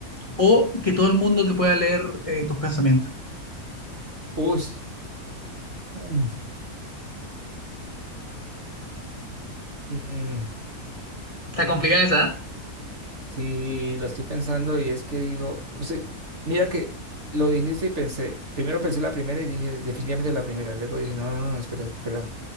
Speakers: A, on the left; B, on the right.
A: O que todo el mundo te pueda leer eh, tus pensamientos.
B: Uy. Mm. Mm,
A: Está complicada esa, ¿eh?
B: Sí, lo estoy pensando y es que digo, o sea, mira que lo dijiste y pensé, primero pensé la primera y dije, definitivamente la primera, luego dije, no, no, no, espera, espera,